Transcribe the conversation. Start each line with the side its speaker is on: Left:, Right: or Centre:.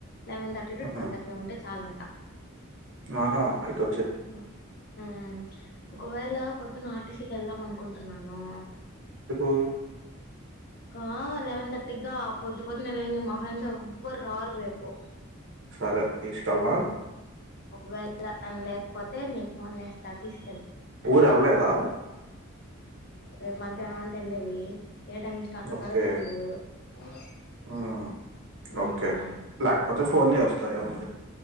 Left: eleven thirty to
Right: హ్మ్.
Left: ట్వెల్వ్ థర్టీ ఉంటే చాలంట
Right: ఆహా ఆయితు
Left: మ్మ్ మ్మ్ గయలా పోద్దునాటి టీ సీ కి వెళ్దాం అనుకుంటున్నాను నో
Right: ఇకు
Left: కా లెవెన్ థర్టీ గా పొద్దు పొద్దున్నే <unintelligible> లే మా ఫ్రెండ్స్ ఎవ్వరు రారు రేపు
Right: సరే తీసుకెళ్నా
Left: ఒకవేళ తను లేకపోతే నీ ఫోన్ వేస్తా తీసు
Right: ఊరు ఏళ్లలేదా
Left: రేపు మధ్యాహ్నం అంటే వెళ్లేది ఏ టైం స్టార్ట్ అవుతారో
Right: ఓకే.
Left: తెరిదు మ్మ్
Right: హ్మ్.
Left: మ్మ్
Right: ఓకే. లేకపోతే ఫోను
Left: మ్మ్
Right: చేస్తా ఏముంది.